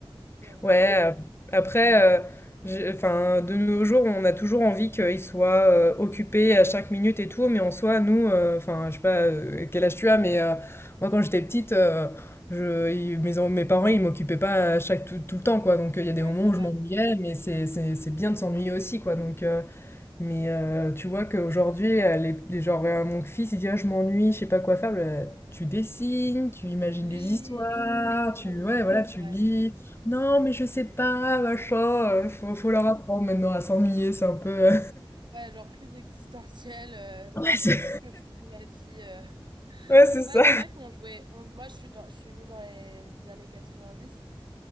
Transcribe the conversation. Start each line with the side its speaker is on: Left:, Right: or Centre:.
Right: Tu dois vraiment...
Left: Ouais, ap-
Right: euh,
Left: après, euh, j'ai- enfin, de nos jours, on a toujours envie qu'ils soient euh, occupés à chaque minute et tout, mais en soi, nous, euh, enfin, je sais pas euh, quel âge tu as, mais euh, moi, quand j'étais petite, euh, je, ils- mes, en- mes parents, ils m'occupaient pas à chaque, tout, tout le temps, quoi. Donc, euh, il y a des
Right: Ouais,
Left: moments
Right: c'est
Left: où
Right: vrai.
Left: je m'ennuyais, mais c'est c'est- c'est bien de s'ennuyer aussi, quoi. Donc, euh, mais heu, tu vois qu'aujourd'hui, heu, les les genre, heu, mon fils, il dit: «Ah, je m'ennuie, je sais pas quoi faire». Bah, tu dessines, tu imagines
Right: Tu lis,
Left: des histoires,
Right: tu
Left: tu
Right: cours dehors,
Left: ouais, voilà, tu
Right: ouais.
Left: lis. «Non, mais je sais pas, machin», heu, faut faut leur apprendre maintenant à s'ennuyer, c'est un peu, heu
Right: Ouais, genre crise existentielle euh,
Left: <laughs> Ouais,
Right: sur
Left: c'est
Right: qu'est-ce que je fais de ma vie. euh.
Left: ouais, c'est ça.
Right: Ouais, c'est vrai qu'on jouait. on- moi, je suis, dans- je suis née dans les années 90